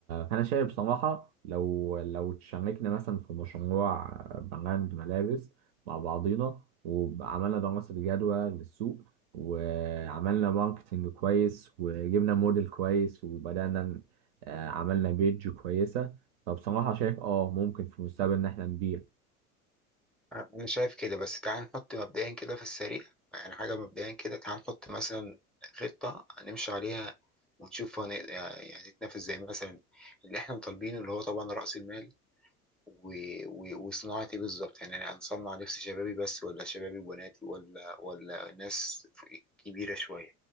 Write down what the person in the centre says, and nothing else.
انا شايف كده بس تعال نحط مبدئيا كده في السريع يعني حاجه مبدئيا كده تعال نحط مثلا خطه نمشي عليها ونشوف هن... يعني نتنافس زي مثلا اللي احنا مطالبينه اللي هو طبعا راس المال و... و... وصناعه ايه بالظبط يعني انا هنصنع لبس شبابي بس ولا شبابي وبناتي ولا ولا ناس كبيره شويه